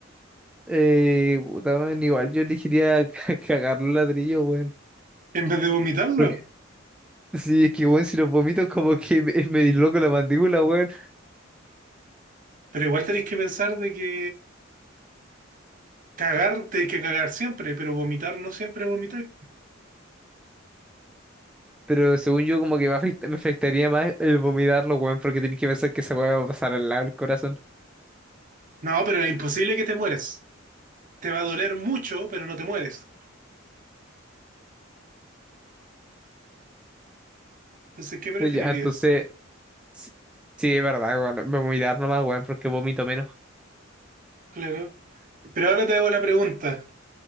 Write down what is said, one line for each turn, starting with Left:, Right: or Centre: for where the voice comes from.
Centre: Eh, puta, weón, igual yo elegiría ca- cagar los ladrillos, weón.
Right: En vez de vomitarlo.
Centre: Porque sí es que, weón, si los vomito, como que me, me disloco la mandíbula, weón.
Right: Pero igual tenéis que pensar de que cagar, tenéis que cagar siempre. Pero vomitar no siempre vomitar.
Centre: Pero según yo, como que me, afecta- me afectaría más el vomitarlo, weón, porque tenés que pensar que esa weá va a pasar al lado del corazón.
Right: No, pero es imposible que te mueras. Te va a doler mucho, pero no te mueres. Entonces, ¿qué preferirías?
Centre: Pues ya, entonces Sí, sí, es verdad, bueno, me voy a dar nomás, weón, porque vomito menos.
Right: Claro. Pero ahora te hago la pregunta.